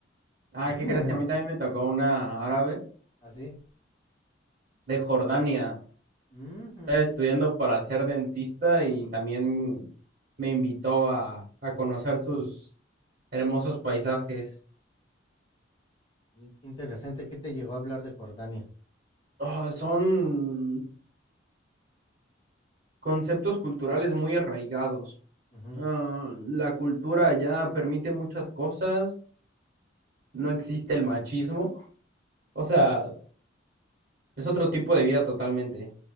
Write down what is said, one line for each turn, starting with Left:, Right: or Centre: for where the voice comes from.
Right: ah
Left: <laughs>
Right: ¿qué crees que a mí también me tocó una árabe
Left: ¿Así? sí?
Right: de Jordania?
Left: Ujú.
Right: Estaba estudiando para ser dentista y también me invitó a, a conocer sus hermosos paisajes.
Left: Mm, Qué interesante. ¿Qué te llegó a hablar de Jordania?
Right: Oh, son conceptos culturales muy arraigados.
Left: Ujú.
Right: Ah, la cultura ya permite muchas cosas no existe el machismo. O sea, es otro tipo de vida totalmente,